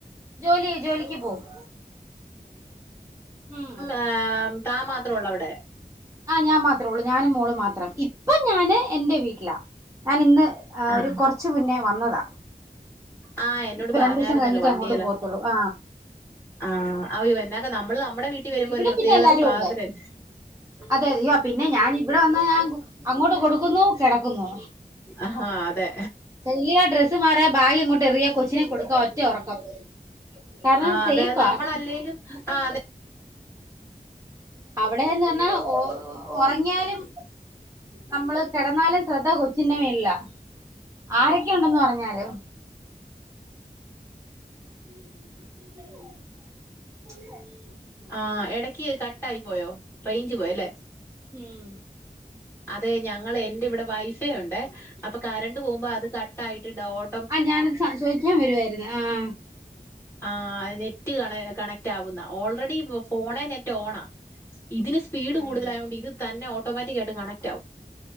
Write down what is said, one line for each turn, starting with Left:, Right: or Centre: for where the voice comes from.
Right: ജോലി ആയി ജോലിക്ക് പോവും ഉം
Left: ആഹ് താ മാത്രഉള്ളൂ അവിടെ
Right: ആഹ് ഞാ മാത്രേ ഉള്ളൂ ഞാനും മോളും മാത്രം ഇപ്പ ഞാന് എന്റെ വീട്ടിലാ ഞാൻ ഇന്ന് ആ
Left: ആഹ്
Right: ഒരു കുറച്ചു മുന്നേ വന്നതാ
Left: ആ എന്നോട്
Right: ഇപ്പൊ
Left: പറഞ്ഞായിരുന്നല്ലോ
Right: രണ്ടു ദിവസം കഴിഞ്ഞിട്ട്
Left: വണ്ടിയല്
Right: അങ്ങോട്ട് പോകത്തുള്ളൂ ആഹ്
Left: ആഹ് അഎന്നക നമ്മള് നമ്മുടെ വീട്ടിൽ വരുമ്പോ
Right: ഇവിടെ
Left: ഒരു പ്രത്യേകതര
Right: പിന്നെ എല്ലാരും
Left: സ്വാതന്ത്ര്യംല്ലേ
Right: ഉണ്ട് അതെ അതെയോ പിന്നെ ഞാൻ ഇവിടെ വന്നാ ഞാൻ അങ്ങോട്ട് കൊടുക്കുന്നുകിടക്കുന്നു
Left: ആഹ അതെ
Right: റൂമിൽചെല്ലാ ഡ്രസ്സ് മാറ ഭാഗ് എങ്ങോട്ട് എറിയാ കൊച്ചിനെ കൊടുക്ക ഒറ്റ ഉറക്കം കാരണം
Left: ആഹ്
Right: സൈഫാ
Left: അതെ അത് നമ്മളല്ലേലും
Right: നമക്കൊര
Left: ആഹ്
Right: <unintelligible>
Left: അതെ
Right: അവിടെന്ന് പറഞ്ഞാ ഒ ഒറങ്ങിയാലും നമ്മള് കെടന്നാലും ശ്രദ്ധ കൊച്ചിന്റെ മേലിലല്ല ആരൊക്കെ ഉണ്ടെന്ന് പറഞ്ഞാലും ഉം ന്ന <unintelligible> <inaudible>
Left: ആഹ് എടക്ക് കട്ടായി പോയോ റൈഞ്ച് പോയല്ലെ
Right: ഉം
Left: അതെ ഞങ്ങള് എന്റെ ഇവിടെ വൈഫൈ ഉണ്ട് അപ്പൊ കറണ്ട് പോകുമ്പോ അത് കട്ടായിട്ടുണ്ടവോ ഓ
Right: അഹ് ഞാനത് ചോദിക്കാൻ വരുവായിരുന്നു ആഹ്
Left: ആഹ് നെറ്റ് കണ കണക്റ്റ് ആവുന്ന ഓൾറെഡി ഫോണെ നെറ്റ് ഓണാ ഇതിന് സ്പീഡ്
Right: ഉം
Left: കൂടുതലായതോണ്ട് ഇത് തന്നെ ഓട്ടോമാറ്റിക് ആയിട്ട് കണക്റ്റ് ആകും